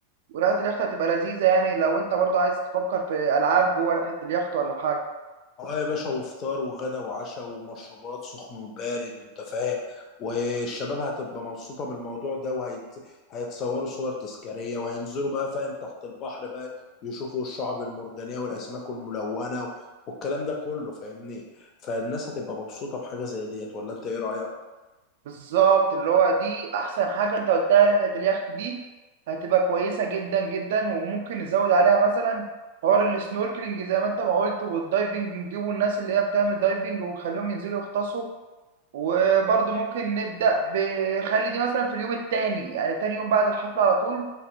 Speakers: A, on the right; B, on the left.
A: ورحلة اليخت هتبقى لذيذة يعني لو انت برضو عايز تفكر في ألعاب جوه رحلة اليخت ولا حاجة
B: اه يا باشا وفطار وغدا وعشاء ومشروبات سخن وبارد انت فاهم والشباب هتبقى مبسوطة بالموضوع ده وهيت هيتصوروا صور تذكارية وهينزلوا بقى فاهم تحت البحر بقى يشوفوا الشعب المرجانية والأسماك الملونة و- والكلام ده كله فاهمني فالناس هتبقى مبسوطة بحاجة زي ديت ولا انت ايه رأيك؟
A: بالظبط اللي هو دي أحسن حاجة انت قلتها رحلة اليخت دي هتبقى كويسة جدا جدا وممكن نزود عليها مثلا حوار السنوركلينج زي ما انت ما قلت والدايفنج نجيبوا الناس اللي هي بتعمل دايفنج ونخليهم ينزلوا يغطسوا وبرضو ممكن نبدأ بخلي دي مثلا في اليوم التاني يعني تاني يوم بعد الحفلة على طول